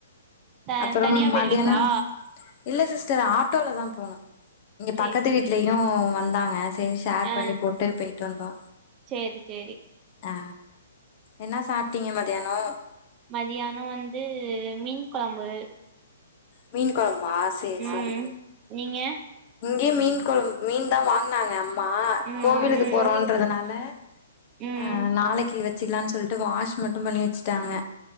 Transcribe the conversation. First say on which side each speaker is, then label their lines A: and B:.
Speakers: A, on the right (about 30°); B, on the left (about 40°).
A: த
B: அப்புறம்
A: தனியா போயிடுவீங்களா
B: மதியானோ இல்ல சிஸ்டர் ஆட்டோலதா போணோ இங்க
A: சேரி
B: பக்கத்து வீட்லயு
A: சேரி
B: வந்தாங்க சேரி ஷேர்
A: ஆ
B: பண்ணி போட்டு போய்ட்டு வந்தோ
A: சேரி சேரி
B: ஆ என்ன சாப்ட்டீங்க மதியானோ
A: மதியானோ வந்து மீன் குழம்பு
B: மீன் குழம்பா சேரி
A: ம்
B: சேரி
A: நீங்க
B: இங்கியு மீன் குழம் மீன்தா வாங்கனாங்க அம் மா
A: ம்
B: கோவிலுக்கு
A: ம்
B: போறோன்றதுனால
A: ம்
B: அ நாளைக்கு வெச்சுக்கலான் சொல்ட் டு வாஷ் மட்டு பண்ணி வெச்சுட்டாங்க